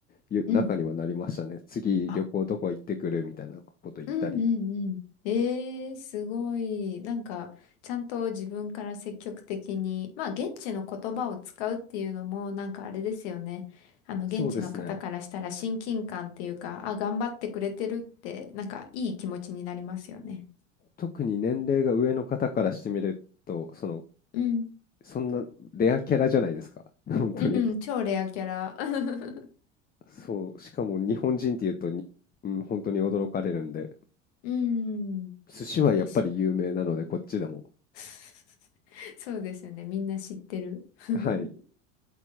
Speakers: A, on the left; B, on the left.
A: ゆ中にはなりましたね。
B: うん。
A: 次旅行どこ行ってくるみたいなこと言ったり。
B: あうんうんうん。えー、すごい。なんか、ちゃんと自分から積極的に、まあ、現地の言葉を使うっていうのも、なんかあれですよね。あの、
A: そうですね。
B: 現地の方からしたら親近感っていうか、あ、頑張ってくれてるって、なんか、いい気持ちになりますよね。
A: 特に年齢が上の方からしてみると、その、
B: うん。
A: そんなレアキャラじゃないですか。<laughs> 本当に。
B: うん、超レアキャラ。<laughs>
A: そう、しかも日本人っていうと、にうん、本当に驚かれるんで、
B: うん、
A: 寿司はやっぱり有名なので、
B: 確かに。
A: こっちでも。
B: <laughs> そうですよね。みんな知ってる。<laughs>
A: はい。